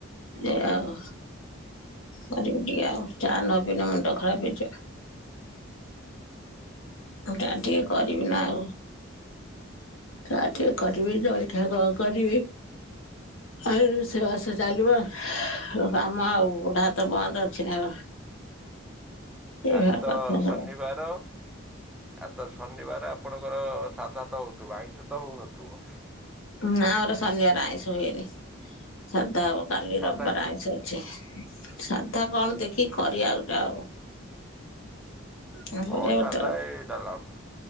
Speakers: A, on the left; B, in the centre.
A: ଏୟା ଆଉ କରିବି ଟିକେ ଆଉ ଚା ନପିଇଲେ ମୁଣ୍ଡ ଖରାପ ହେଇ ଚା ଟିକେ କରିବି ନା ଆଉ। ଚା ଟିକେ କରିବି ଜଳିଖିଆ କଣ କରିବି? ଆ ରୁଷେଇବାସ ଚାଲିବ କାମ ଆଉ ଗୋଡ ହାତ ବନ୍ଦ ଅଛି ନା। ଏଇଭଳିଆ
B: ଆଜି ତ
A: କଥା ସବୁ
B: ଶନିବାର ତ। ଆଜିତ ଶନିବାର ଆପଣଙ୍କର ସାଧା ତ ହୋଉଥିବ ଆଇଁଷ ତ ହୋଉନଥିବ।
A: ନା ଆମର ଶନିବାର ଆଇଁଷ ହୁଏନି ସାଧା ହବ କାଲି
B: ସାଧା
A: ରବି ବାର ଆଇଁଷ। ସାଧା କଣ ଦେଖିକି କରିବା ଗୋଟେ ଆଉ। କରିବା
B: ହଁ ସାଦା
A: ଗୋଟେ ଆଉ।
B: ଏ ଡାଲାଭ